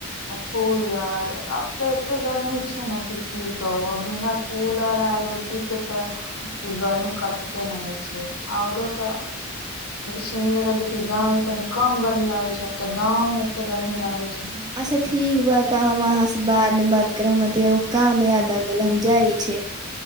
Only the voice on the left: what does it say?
आ कूलर आब ते एते गर्मी छैय ने कि की कहू अब बिना कूलर आ ए सी के त ई गर्मी कटते न छैय औरो ते सुनले रहली की गांव में तनी कम गर्मी लागै छैय अब तऽ गांवं में एते गर्मी लागे छैय